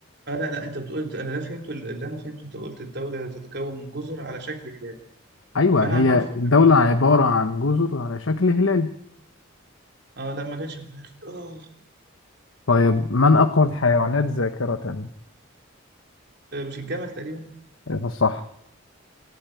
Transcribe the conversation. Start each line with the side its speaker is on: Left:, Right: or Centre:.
Right: آه لا لا انت بتقول انا لا فهمت ال- اللي انا فهمته انت قلت الدولة تتكون من جزر على شكل هلال
Left: أيوه
Right: فانا
Left: هي
Right: عمال افكر
Left: الدولة
Right: بقى
Left: عبارة عن جزر على شكل هلال
Right: اه لا ما جاتش في دماغي اه
Left: طيب من أقوى الحيوانات ذاكرة
Right: آه، مش الجمل تقريبا
Left: أيوة صح